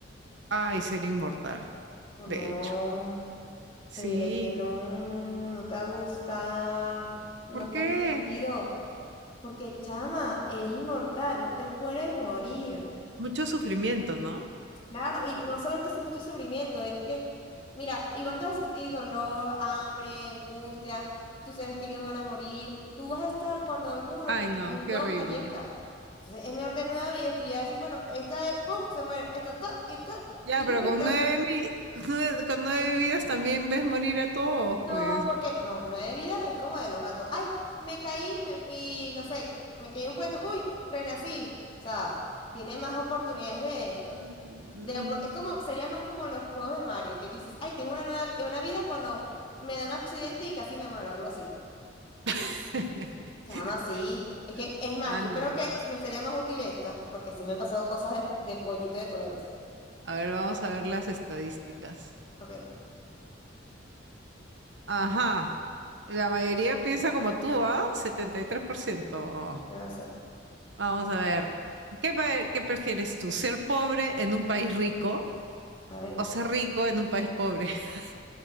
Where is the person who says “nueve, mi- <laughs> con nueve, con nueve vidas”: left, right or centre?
Right